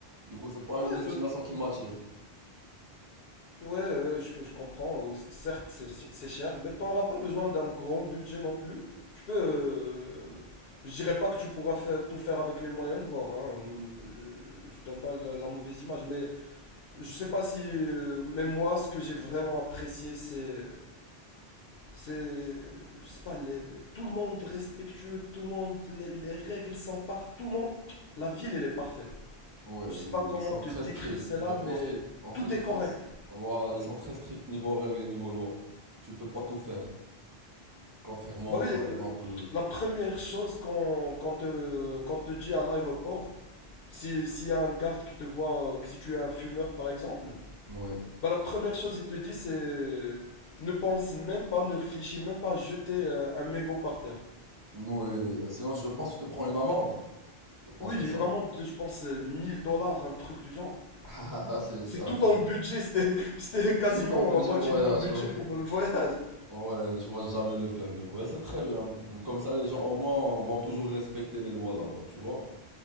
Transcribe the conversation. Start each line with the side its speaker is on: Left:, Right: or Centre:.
Right: Du coup, c'est pas
Left: ouais,
Right: une destination qui m'attire.
Left: Ouais, euh, je, je comprends. euh, Certes, c'est c'est cher, mais tu n'auras pas besoin d'un grand budget non plus. Tu peux. euh, je dirais pas que tu pourras faire, tout faire avec les moyens de bord. Hein. Euh, Je donne pas la, la mauvaise image, mais je sais pas si. euh, mais moi, ce que j'ai vraiment apprécié, c'est. C'est. Je sais pas, les- les- tout le monde respectueux, tout le monde. Les, les règles sont parfaites. Tout le monde. La ville, elle est parfaite.
Right: Ouais,
Left: Je sais
Right: ouais,
Left: pas comment
Right: ils sont
Left: te
Right: très
Left: décrire
Right: stricts.
Left: cela,
Right: Je pense
Left: mais
Right: qu'ils, en
Left: tout
Right: fait, je
Left: est
Right: pense,
Left: correct.
Right: voilà, ils sont très stricts niveau règles et niveau loi. Tu peux pas tout faire. Contrairement,
Left: Bah oui,
Right: par exemple,
Left: euh, la première chose qu'on qu'on te, qu'on te dit à l'aéroport, si, s'il y a un garde qui te voit, euh, que si tu es un fumeur par exemple,
Right: ouais,
Left: bah la première chose il te dit c'est ne pense même pas, ne réfléchis même pas à jeter euh, un, mégot par terre.
Right: ouais. Sinon, je pense que tu te prends une amende. Je pense
Left: Oui,
Right: que c'est
Left: une
Right: ça.
Left: amende de,
Right: <laughs>
Left: je pense, euh, 1000 dollars, un truc du genre.
Right: Ah, ah, c'est,
Left: C'est
Right: ah,
Left: tout
Right: c'est
Left: en
Right: pour,
Left: budget, c'était, <laughs> c'était
Right: C'est
Left: quasiment
Right: tout ton budget
Left: la moitié
Right: voyage,
Left: de mon budget
Right: ouais.
Left: pour le voyage.
Right: Ouais, tu vas jamais le faire, du coup. Ouais, c'est très bien. Comme ça, les gens, au moins, vont toujours respecter les lois là-bas, tu vois.